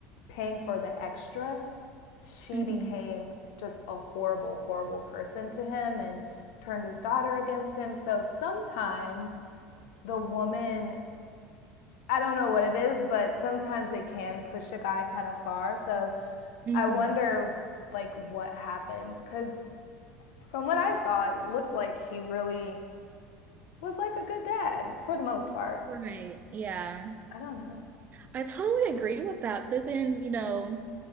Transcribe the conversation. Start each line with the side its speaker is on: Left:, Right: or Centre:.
Left: paying for the extra she
Right: hmm
Left: became just a horrible, horrible person to him and turned his daughter against him. So sometimes the woman, I don't know what it is, but sometimes they can push a guy kind of far. So
Right: hmm
Left: I wonder like what happened cuz from what I saw, it looked like he really was like a good dad for the most part.
Right: Right. Yeah.
Left: I don't know.
Right: I totally agree with that. But then, you know,